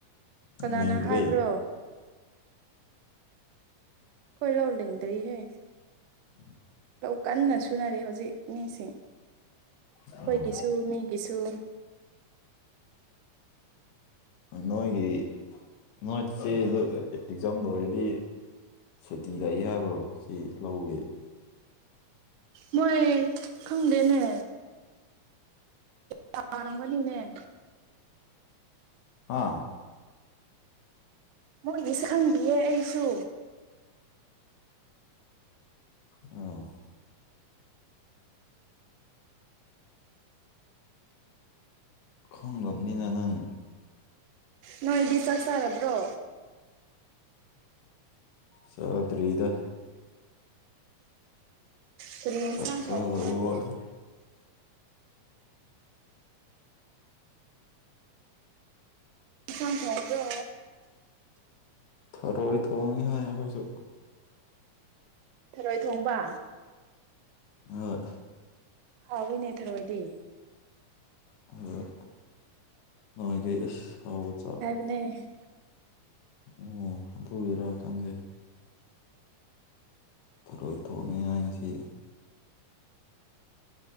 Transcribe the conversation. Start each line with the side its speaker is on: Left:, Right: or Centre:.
Right: ꯀꯅꯥꯅ
Left: ꯂꯤꯡꯗ꯭ꯔꯤ
Right: ꯍꯥꯏꯕ꯭ꯔꯣ ꯈꯣꯏ ꯂꯧ ꯂꯤꯡꯗ꯭ꯔꯤꯍꯦ
Left: <inaudible>
Right: ꯂꯧ ꯀꯟꯅ ꯁꯨꯅꯔꯤ ꯍꯧꯖꯤꯛ ꯃꯤꯁꯤꯡ ꯑꯩꯈꯣꯏꯒꯤꯁꯨ
Left: ꯎꯝ
Right: ꯃꯤꯒꯤꯁꯨ
Left: ꯅꯣꯏꯒꯤ ꯅꯣꯏ ꯆꯦꯗꯣ ꯑꯦꯛꯖꯥꯝ ꯂꯣꯏꯔꯗꯤ ꯁꯨꯇꯤ ꯂꯩ ꯍꯥꯏꯕ꯭ꯔꯣ ꯁꯤ ꯂꯧꯒꯤ
Right: ꯃꯣꯏ ꯈꯪꯗꯦꯅꯦ ꯇꯥꯔꯝꯒꯅꯤꯅꯦ
Left: ꯍꯥꯥ
Right: ꯃꯣꯏꯒꯤꯁꯨ ꯈꯡꯗꯤꯌꯦ ꯑꯩꯁꯨ
Left: ꯑꯣ ꯈꯪꯗꯝꯅꯤꯅ ꯅꯪ
Right: ꯅꯣꯏꯗꯤ ꯆꯥꯛ ꯆꯥꯔꯕ꯭ꯔꯣ
Left: ꯆꯥꯗꯔꯤꯗ
Right: ꯀꯔꯤ ꯑꯦꯟꯁꯥꯡ
Left: ꯆꯥꯛ ꯆꯥꯗꯕ
Right: ꯊꯣꯡꯉꯦ ꯅꯣꯏꯒꯤ
Left: ꯋꯥꯠꯂꯤ
Right: ꯑꯦꯟꯁꯥꯡ ꯊꯣꯡꯕꯔꯣ
Left: ꯊꯔꯣꯏ ꯊꯣꯡꯉꯤ ꯍꯥꯏ ꯑꯩꯈꯣꯏꯁꯨ
Right: ꯊꯔꯣꯏ ꯊꯣꯡꯕ
Left: ꯍꯣꯏ
Right: ꯍꯥꯎꯢꯅꯦ ꯊꯔꯣꯏꯗꯤ
Left: ꯑꯣ ꯅꯣꯏꯗꯤ ꯑꯍꯥꯎꯕ ꯆ
Right: ꯂꯩ
Left: ꯑꯣ ꯑꯗꯨꯒꯤꯔ ꯈꯪꯗꯦ ꯊꯔꯣꯏ ꯊꯣꯡꯉꯦ ꯍꯥꯏ ꯉꯁꯤ